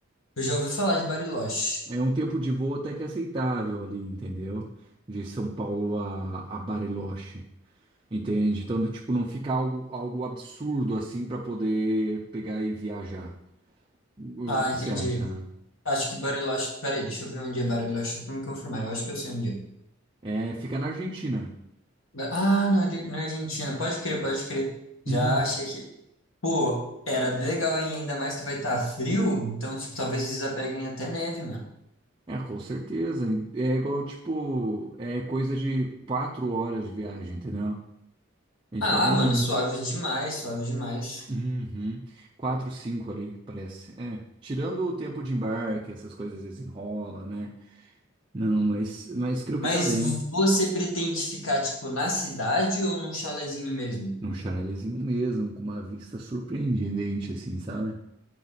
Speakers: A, on the left; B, on the right.
A: Eu já ouvi falar de Bariloche.
B: É um tempo de voo até que é aceitável ali, entendeu? De São Paulo a, a Bariloche, entende? Então, tipo, não fica algo, algo absurdo assim pra poder pegar e viajar. O,
A: Ah,
B: o que
A: entendi.
B: você acha? né?
A: Acho que Bariloche... Peraí, deixa eu ver onde é Bariloche só pra me confirmar. Eu acho que eu sei onde é.
B: É, fica na Argentina.
A: Ba- Ah, na, Ar- na Argentina. Pode crer, pode crer. Já
B: Hum.
A: achei que Pô, era legal, hein? Ainda mais que vai estar frio, então, tipo, talvez eles apeguem até neve, mano.
B: É, com certeza. É igual, tipo, é coisa de quatro horas de viagem, entendeu? Então,
A: Ah, mano, suave demais, suave demais.
B: uhum, quatro, cinco ali, parece. É, tirando o tempo de embarque, essas coisas desenrola, né? Não, mas, mas creio que
A: Mas
B: tá bem.
A: v- você pretende ficar, tipo, na cidade ou num chalezinho mesmo?
B: Num chanelzinho mesmo, com uma vista surpreendente, assim, sabe?